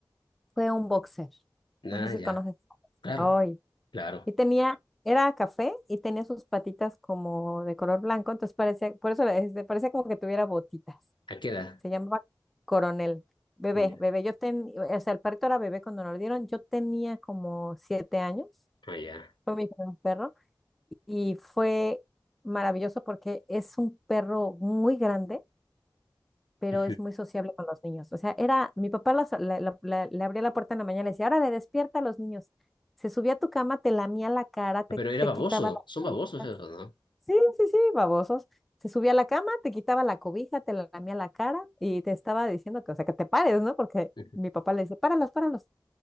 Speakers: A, in the centre; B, on the left.
A: fue un boxer.
B: Ah,
A: No sé si
B: ya.
A: conoces.
B: Claro,
A: Ay,
B: claro.
A: y tenía, era café y tenía sus patitas como de color blanco, entonces parecía, por eso le- este, parecía como que tuviera botitas.
B: ¿A qué edad?
A: Se llamaba Coronel. Bebé,
B: Ya.
A: bebé, yo ten, o sea, el perrito era bebé cuando nos lo dieron, yo tenía como siete años,
B: Ah, ya.
A: fue mi primer perro, y fue maravilloso porque es un perro muy grande, pero
B: Ujú.
A: es muy sociable con los niños. O sea, era, mi papá las- la- la- la- le abría la puerta en la mañana y le decía, ahora le despierta a los niños. Se subía a tu cama, te lamía la cara, te,
B: Pero era
A: te
B: baboso.
A: quitaba las
B: Son
A: cobijas.
B: babosos esos, ¿no?
A: Sí, sí, sí, babosos. Se subía a la cama, te quitaba la cobija, te lamía la cara y te estaba diciendo que, o sea, que te pares, ¿no? Porque
B: Ujú.
A: mi papá le dice páralos, páralos. O